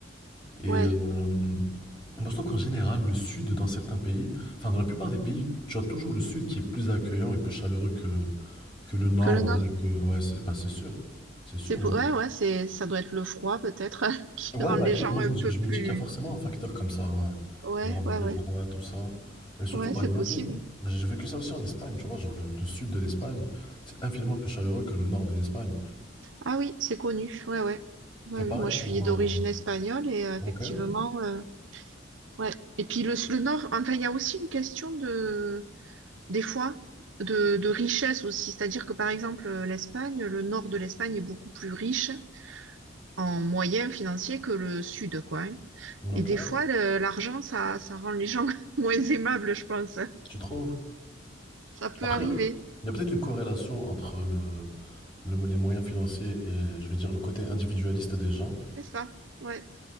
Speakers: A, on the left (about 25°); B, on the right (about 75°).
A: Et
B: Ouais.
A: euh, moi, je trouve qu'en général, le sud, dans certains pays, enfin, dans la plupart des pays, tu as toujours le sud qui est plus accueillant et plus chaleureux que, que le nord
B: que le Nord.
A: ou bien que. Ouais, c'est bah, c'est sûr. C'est sûr,
B: C'est pour...
A: moi.
B: Ouais, ouais, c'est... ça doit être le froid peut-être <laughs> qui
A: Ouais,
B: rend
A: bah
B: les
A: écoute,
B: gens
A: moi,
B: un
A: je me, je
B: peu plus...
A: me dis qu'il y a forcément un facteur comme ça, ouais.
B: Ouais,
A: Genre avec
B: ouais,
A: le
B: ouais.
A: froid, tout ça. Et surtout,
B: Ouais,
A: bah,
B: c'est
A: imagine,
B: possible.
A: j'ai vécu ça aussi en Espagne, tu vois, genre le, le sud de l'Espagne, c'est infiniment plus chaleureux que le nord de l'Espagne.
B: Ah oui, c'est connu. Ouais, ouais. Ouais,
A: Et pareil
B: oui. Moi, je
A: pour.
B: suis d'origine
A: euh,
B: espagnole et euh,
A: Ok.
B: effectivement, euh, ouais. Et puis le, le Nord, enfin, il y a aussi une question de, des fois, de, de richesse aussi. C'est-à-dire que par exemple, euh, l'Espagne, le Nord de l'Espagne est beaucoup plus riche en moyens financiers que le Sud, quoi. hein.
A: Ok.
B: Et des fois, le- l'argent, ça, ça rend les gens <laughs> moins aimables, je pense.
A: Tu trouves?
B: Ça peut
A: Après,
B: arriver.
A: il y a peut-être une corrélation entre le, le- les moyens financiers et, je vais dire, le côté individualiste des gens.
B: C'est ça, ouais,